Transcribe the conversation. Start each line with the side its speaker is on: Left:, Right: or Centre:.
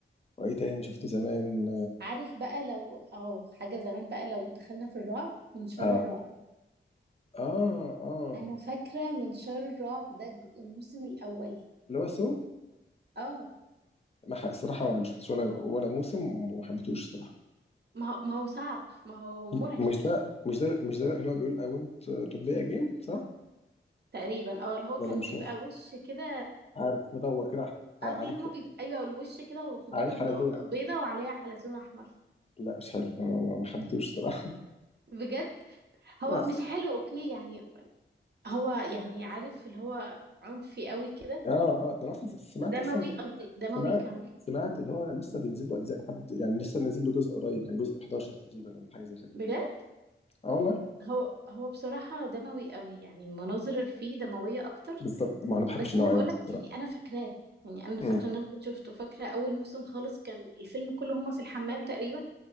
Left: وايه تاني شفته زمان
Right: عارف بقى لو اه حاجة زمان بقى لو دخلنا في الرعب منشار
Left: اه
Right: الرعب
Left: اه اه آه.
Right: انا فاكرة منشار الرعب ده ج- الموسم الاول
Left: اللي هو سو
Right: اه
Left: ما ح- الصراحه ما شفتش ولا ولا موسم وما حبيتهوش الصراحه
Right: ما هو ما هو صعب ما هو
Left: م-
Right: مرعب
Left: مش ده مش ده مش ده اللي هو بيقول I want to play a game صح
Right: تقريبا اه اللي هو
Left: ولا
Right: كان
Left: مش
Right: بيبقى
Left: هو
Right: وش كده
Left: عارف مدور كده ع-
Right: اه
Left: عليك
Right: اللي هما بيض... ايوه الوش كده وخدودهم
Left: عليه حلزونه
Right: ض- بيضة وعليها حلزون احمر
Left: لا مش حلو ما ما- ما حبيتهوش الصراحه <laughs>
Right: بجد هو
Left: لا
Right: مش حلو اوكي يعني هو يعني عارف اللي هو عنفي قوي كده
Left: اه اه ده انا اصلا سمعت
Right: دموي
Left: اصلا
Right: قصدي دموي
Left: سمعت
Right: كمان
Left: سمعت اللي هو لسه بينزل له اجزاء لحد يعني لسه نازل له جزء قريب كان جزء 11 تقريبا ولا حاجه زي كده
Right: بجد
Left: اه والله
Right: هو هو بصراحة دموي قوي يعني المناظر اللي فيه دموية اكتر
Left: بالظبط ما انا ما بحبش
Right: بس
Left: النوعيه
Right: انا بقولك
Left: دي الصراحه
Right: يعني انا فاكراه يعني انا
Left: امم
Right: فاكره ان انا كنت شفته فاكره اول موسم خالص كان الفيلم كله هما في الحمام تقريبا